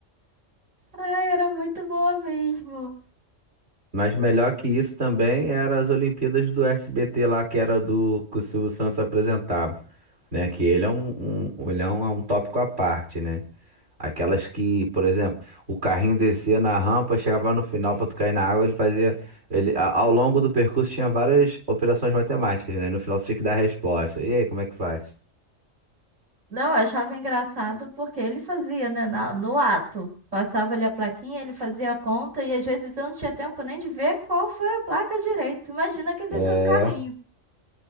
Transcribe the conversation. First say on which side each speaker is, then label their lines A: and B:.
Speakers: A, on the right; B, on the right.
A: Ai, era muito boa mesmo.
B: Mas melhor que isso também era as Olimpíadas do SBT lá, que era do que o Silvio Santos apresentava, né? Que ele é um, um- ele é um, um tópico à parte, né? Aquelas que, por exemplo, o carrinho descia na rampa, chegava no final para tu cair na água, ele fazia. Ele, a- ao longo do percurso tinha várias operações matemáticas, né? E no final você tinha que dar a resposta. E aí, como é que faz?
A: Não, eu achava engraçado porque ele fazia, né, na- no ato. Passava ali a plaquinha, ele fazia a conta e às vezes eu não tinha tempo nem de ver qual foi a placa direito. Imagina quem desceu
B: é
A: o carrinho.